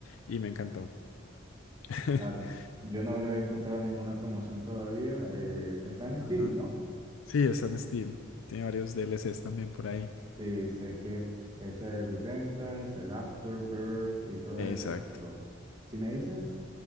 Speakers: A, on the left (about 80°); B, on the right (about 20°).
A: y me encantó. <laughs>
B: Claro. Yo no lo he encontrado en ninguna promoción todavía. eh, está en Steam,
A: Ajá.
B: ¿no?
A: Sí, está en Steam. Tiene varios DLCs también por ahí.
B: Sí, sé que es el Repentance, el Afterbirth y todos
A: Exacto.
B: esos, pero si me dices,